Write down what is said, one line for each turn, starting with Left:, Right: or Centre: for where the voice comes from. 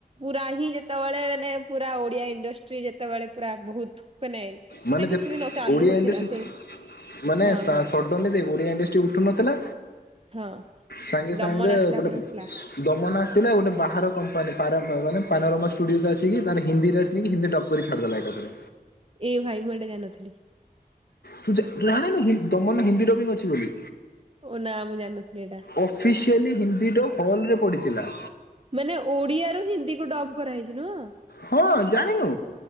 Right: ପୁରା ହିଁ ଯେତେବେଳେ ମାନେ ପୁରା ଓଡିଆ ଇଣ୍ଡଷ୍ଟ୍ରି ଯେତେବେଳେ ପୁରା ବହୁତ ମାନେ।
Left: ମାନେ ଯେତ୍
Right: କିଛି ବି ନ ଚାଲୁ
Left: ଓଡ଼ିଆ
Right: ନଥିଲା
Left: ଇଣ୍ଡଷ୍ଟ୍ରି
Right: ସେଇ
Left: ମାନେ
Right: ହଁ
Left: <unintelligible> ନହେଲେ
Right: ହଁ
Left: ଭାଇ ଓଡ଼ିଆ ଇଣ୍ଡଷ୍ଟି ଉଠୁନଥିଲା
Right: ହଁ
Left: ସାଙ୍ଗେ
Right: ଦମନ
Left: ସାଙ୍ଗେ
Right: ଆସିଲା
Left: ଗୋଟେ
Right: ପରେ ଉଠିଲା
Left: ଦମନା ଆସିଲା ଗୋଟେ ବାହାର କମ୍ପାନୀ ପାରା ମାନେ ପାରାଗମ୍ ଷ୍ଟୁଡିଓ ଆସିକି ତାର ହିନ୍ଦୀରେ। କି ହିନ୍ଦି ଡକ୍ କରି ଛାଡ଼ିଦେଲା ଏକାଥରେ।
Right: ଏଇ ଭାଇ ମୁଁ ଏଟା ଜାଣି ନଥିଲି।
Left: ତୁ ଯା ଜାଣିନୁକି ଦମନ ହିନ୍ଦୀର ବି ଅଛି ବୋଲି
Right: ଓ ନା ମୁଁ ଜାଣି ନଥିଲି ଏଟା।
Left: ଅଫିସିଆଲି ହିନ୍ଦୀର ହଲରେ ପଡ଼ିଥିଲା।
Right: ମାନେ ଓଡିଆରୁ ହିନ୍ଦୀ କୁ ଡବ୍ କରାହେଇଛି ନୁହଁ।
Left: ହଁ ଜାଣିନୁ